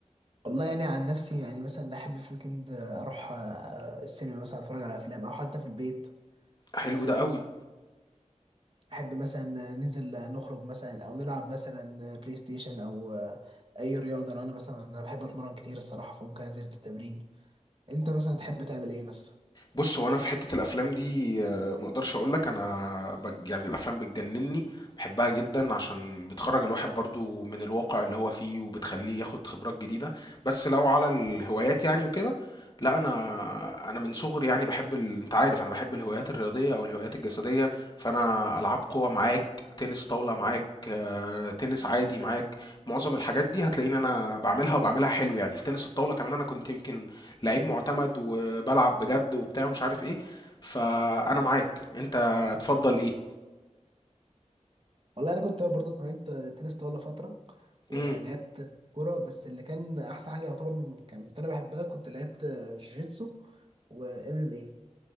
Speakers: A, on the right (about 45°); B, on the left (about 35°).
A: والله يعني عن نفسي يعني مثلا احب في الويكند اروح آه، السينما مثلا اتفرج على افلام او حتى في البيت
B: حلو
A: أم،
B: ده قوي
A: احب مثلا ننزل نخرج مثلا او نلعب مثلا بلاي ستيشن او آه، اي رياضه لو انا مثلا انا بحب اتمرن كتير الصراحه فممكن انزل التمرين انت مثلا تحب تعمل ايه مثلا
B: بص هو انا في حته الافلام دي آه، ما اقدرش اقول لك انا بج... يعني الافلام بتجنني بحبها جدا عشان بتخرج الواحد برضو من الواقع اللي هو فيه وبتخليه ياخد خبرات جديده بس لو على الهوايات يعني وكده لا انا انا من صغري يعني بحب ال... انت عارف انا بحب الهوايات الرياضيه او الهوايات الجسديه فانا العاب قوه معاك تنس طاوله معاك آه، تنس عادي معاك معظم الحاجات دي هتلاقيني انا بعملها وبعملها حلو يعني في تنس الطاوله كمان انا كنت يمكن لعيب معتمد وبلعب بجد وبتاع ومش عارف ايه فانا معاك انت تفضل ايه
A: والله انا كنت برضه اتمرنت تنس طاوله فتره ولعبت
B: امم
A: كوره بس اللي كان احسن حاجه يعتبر كانت انا بحبها كنت لعبت جوجيتسو وام ام اي